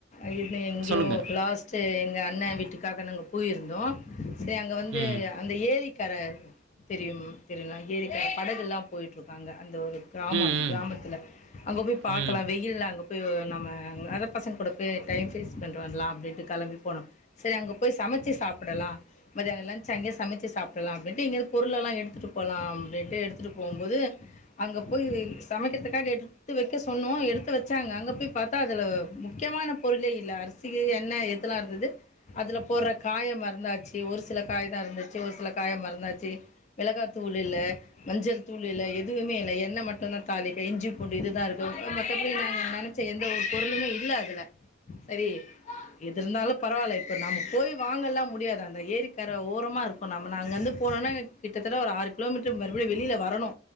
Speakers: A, on the left; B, on the right.
A: <inaudible> எங்கியோ
B: சொல்லுங்கள்
A: லாஸ்ட்டு எங்க அண்ண வீட்டுக்காக நாங்க போயிருந்தோ சேர் அங்க வந்து
B: ம்
A: அந்த ஏரி கர தெரியும் தெரியுங்ளா ஏரி கர படகெல்லா போய்ட்ருக்கு அங்க அந்த ஒரு கிராமோ
B: ம்
A: அது கிராமத்துல அங்க போய் பா
B: ம் ம்
A: இல்ல அங்க போய் ஒ நம்ம அங்க அதா பசங்கூட போய் டைம் ஃபேஸ் பண்ட்டு வரலா அப்டின்ட்டு கெளம்பி போனோ சேரி அங்க போய் சமச்சு சாப்பிடலா மத்யானோ லன்ச்சு அங்கயே சமச்சு சாப்பிட்லா அப்டின்ட்டு இங்கிருக் பொருளெல்லா எடுத்துட்டு போலா அப்டின்ட்டு எடுத்துட்டு போம்போது அங்க போய் சமைக்கறதுக்காண்டி எடுத்து வெக்க சொன்னோ எடுத்து வெச்சாங்க அங்க போய் பாத்தா அதுல முக்கியமான பொருளே இல்ல அரிசிக்கு எண்ண எதுல்லா இருந்தது அதுல போட்ற காய மறந்தாச்சு ஒரு சில காய் தா இருந்துச்சு ஒரு சில காய மறந்தாச்சு மிளகா தூள் இல்ல மஞ்ச தூள் இல்ல எதுவுமே இல்ல எண்ண மட்டுந்தா தாளிக்க இஞ்சி பூண்டு இது தா இருக் கு அ மத்தபடி நாங்க நெனச்ச எந்த ஒரு பொருளுமே இல்ல அதுல சரி எது இருந்தாலு பரவால்ல இப்ப நம்ம போய் வாங்கல்லா முடியாது அந்த ஏரிக்கர ஓரமா இருக்கோ நம்ம நா அங்கர்ந்து போனுன்னா எங் கிட்டத்தட்ட ஒரு ஆறு கிலோமீட்டர் மறுபடியு வெளில வரணு